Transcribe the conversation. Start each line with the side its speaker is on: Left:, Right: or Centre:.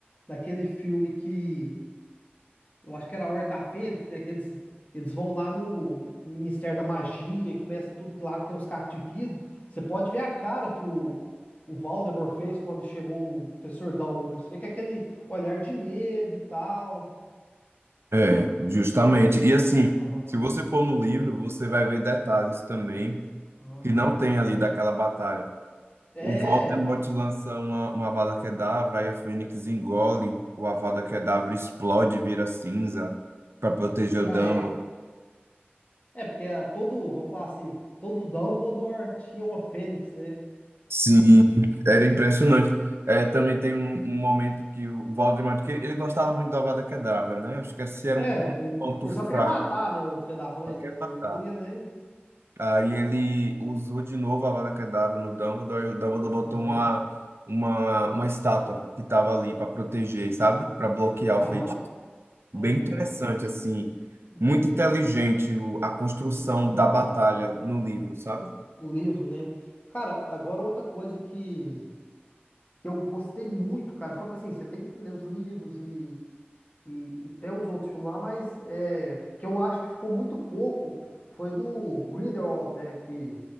Left: daquele filme que Eu acho que era a Ordem da Fênix, né? Que eles, eles vão lá no Ministério da Magia e começa tudo que lá tem os cacos de vidro. Você pode ver a cara que o, o Voldemort fez quando chegou o professor Dumbledore. Você vê que é aquele olhar de medo e tal.
Right: É, justamente. E assim,
Left: Aham,
Right: se você for no livro, você vai ver detalhes também
Left: aham.
Right: que não tem ali daquela batalha.
Left: É,
Right: O Voldemort lança uma, uma Avada Kedavra, aí a Fênix engole, o Avada Kedavra explode, vira cinza para proteger
Left: cara,
Right: o Dumbledore.
Left: é, é porque é todo, vamos falar assim, todo Dumbledore tinha uma Fênix, né?
Right: Sim, era impressionante. É, também tem um, um momento que o Valdemar, que ele gostava muito do Avada Kedavra, né? Acho que esse era
Left: É,
Right: um
Left: ele,
Right: ponto
Left: ele
Right: fraco,
Left: só queria matar, né, o filho da mãe,
Right: só quer
Left: né?
Right: matar.
Left: Não queria nem.
Right: Aí ele usou de novo a Avada Kedavra no Dumbledore, e o Dumbledore botou
Left: Aham,
Right: uma, uma, uma estátua que estava ali para proteger, sabe? Para bloquear
Left: aham,
Right: o feitiço. Bem
Left: aham.
Right: interessante, assim.
Left: Uhum,
Right: Muito inteligente o- a construção
Left: uhum.
Right: da batalha no livro, sabe?
Left: no livro, né? Cara, agora outra coisa que, que eu gostei muito, cara. Só que assim, você tem que ler os livros e, e, e ter os outros filmes lá, mas é, que eu acho que ficou muito pouco foi do Grindelwald, né? Que,